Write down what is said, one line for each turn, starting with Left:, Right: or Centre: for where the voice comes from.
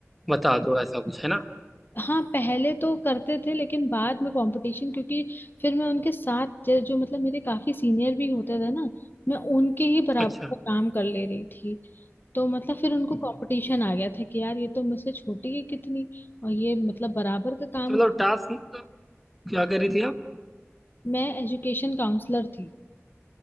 Centre: बता दो ऐसा कुछ है ना
Left: हाँ पहले तो करते थे लेकिन बाद में कंपटीशन क्योंकि फिर मैं उनके साथ जो जो मतलब मेरे काफी सीनियर भी होते थे ना मैं उनके ही बराबर
Centre: अच्छा
Left: का काम कर ले रही थी तो मतलब फिर उनको
Centre: तो
Left: कंपटीशन आ गया था कि यार ये तो मुझसे छोटी है कितनी और ये मतलब बराबर का काम
Centre: मतलब टास्क क्या कह रही थी आप
Left: मैं एजुकेशन काउंसलर थी